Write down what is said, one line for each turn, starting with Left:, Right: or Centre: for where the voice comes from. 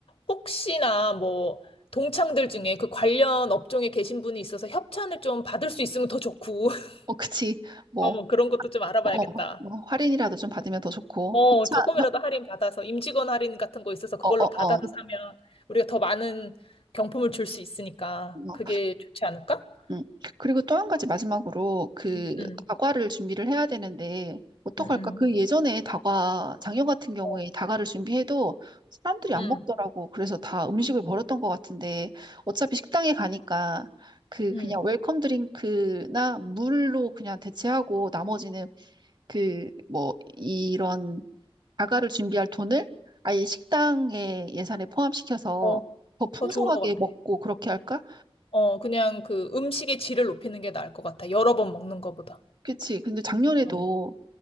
Left: 혹시나 뭐 동창들 중에 그 관련 업종에 계신 분이 있어서 협찬을 좀 받을 수 있으면 더 좋고. <laughs>
Right: 어, 그치. 뭐,
Left: 어, 그런 것도 좀 알아봐야겠다.
Right: 어, 뭐 할인이라도 좀 받으면 더 좋고.
Left: 어,
Right: 협찬,
Left: 조금이라도
Right: 협,
Left: 할인 받아서 임직원 할인 같은 거 있어서 그걸로
Right: 어, 어,
Left: 받아서
Right: 어.
Left: 사면 우리가 더 많은 경품을 줄 수 있으니까
Right: 어.
Left: 그게 좋지 않을까?
Right: 음. 그리고 또 한 가지 마지막으로 그
Left: 음, 음,
Right: 다과를 준비를 해야 되는데 어떡할까?
Left: 음,
Right: 그
Left: 음.
Right: 예전에 다과 장여 같은 경우에
Left: 어,
Right: 다과를 준비해도 사람들이 안
Left: 음,
Right: 먹더라고. 그래서 다 음식을 버렸던 것 같은데 어차피 식당에 가니까 그
Left: 음.
Right: 그냥 웰컴 드링크나 물로 그냥 대체하고 나머지는 그 뭐 이런 다과를 준비할 돈을 아예 식당의 예산에 포함시켜서
Left: 어,
Right: 더 풍성하게
Left: 더 좋은 것 같아.
Right: 먹고 그렇게 할까?
Left: 어, 그냥 그 음식의 질을 높이는 게 나을 것 같아. 여러 번 먹는 것보다.
Right: 그치. 근데 작년에도
Left: 어.